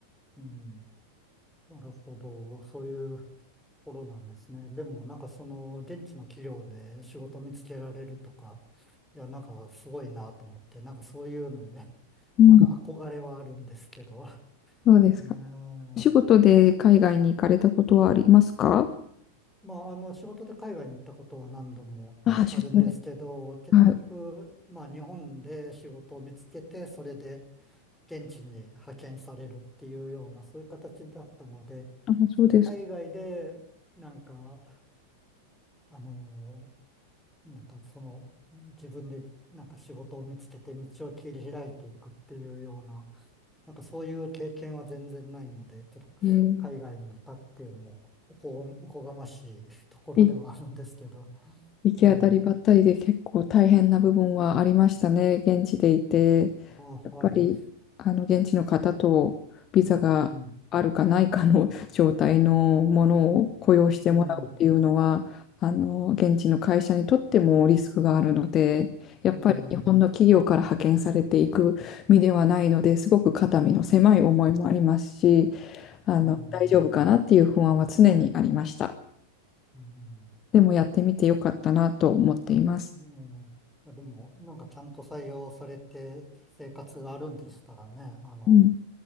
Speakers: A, in the centre; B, on the left.
A: うん。なるほど。そういうところなんですね。でも、なんかその、現地の企業で仕事見つけられるとか、いや、なんかすごいなと思って、なんかそういうのにね、<laughs>
B: うん。
A: なんか憧れはあるんですけど。
B: そうですか。
A: <laughs> ね
B: お仕事で海外に行かれたことはありますか
A: え。まあ、あの、仕事で海外に行ったことは何度もあるんですけど、
B: ああ、出張で。
A: 結局、
B: はい。
A: まあ、日本で仕事を見つけて、それで、現地に派遣されるっていうような、そういう形だったので、
B: あ、そうですか。
A: その海外で、なんか、あのなんかその、自分でなんか仕事を見つけて道を切り開いていくっていうような、なんかそういう経験は全然ないので、ちょっと海外にいたっていうのもおこ、
B: えー
A: おこがましいところではあるんですけど、
B: え行き当たりばったりで結構大変な部分はありましたね。
A: うん
B: 現地でいて、
A: あ、
B: やっぱり、
A: はい、
B: あの、現地の方とビザがあるかないかの
A: うん、
B: <laughs> 状態のものを雇用してもらうっていうのは、
A: うん、
B: あの、現地の会社にとってもリスクがあるので、やっぱり日本の企業から派遣されていく身ではないので、
A: うん、
B: すごく肩身の狭い思いもありますし、あの、
A: うん、
B: 大丈夫かなっていう不安は常にありました。
A: うん。
B: でもやってみてよかったなと思っています。
A: うん、いやでも、なんかちゃんと採用されて生活があるんでしたらね、あの、
B: うん。